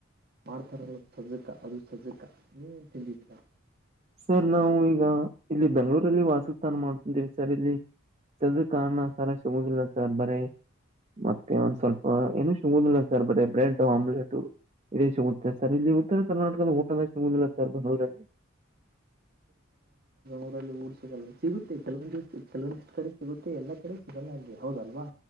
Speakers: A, on the right (about 45°); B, on the right (about 30°).
A: ಮಾಡ್ತಾರಲ್ಲ ಸಜತ ಅದು ಸಜ ಹ್ಮ್ ಚಂದತಿದ್ದಾ
B: ಸರ್ ನಾವು ಈಗ ಇಲ್ಲಿ ಬೆಂಗಳೂರಲ್ಲಿ ವಾಸಸ್ಥಾನ ಮಾಡ್ತಿದ್ದೀವಿ ಸರ್ ಇಲ್ಲಿ ಸದು ಕಣ ಸರಸುಮುದಿಲ್ಲ ಸರ್ ಬರೇ ಮತ್ತೆ ಒಂದ್ ಸ್ವಲ್ಪ ಏನು ಶುುದಿಲ್ಲ ಸರ್ ಬರ ಬ್ರೆಡ್ ಆಮ್ಲೆಟ್ ಇದ ಸರ್ ಇಲ್ಲಿ ಉತ್ತರ ಕರ್ನಾಟಕದಲ್ಲಿ ಹೋಟೆಲ್ಷ್ ಮುಂದಿಲ್ಲ ಸರ್ ಬಂದವರಲ್ಲಿ
A: ಉರಲ್ಲಿ ಊಡ್ ಸಿಗಲ್ಲ ಸಿಗುತ್ತೆ ಕೆಲವೊಂದಿಷ್ಟು ಕೆಲವೊಂದಿಷ್ಟು ಕಡೆ ಸಿಗುತ್ತೆ ಎಲ್ಲ ಕಡೆ ಸಿ ಚನ್ನ ಹೌದಲ್ವಾ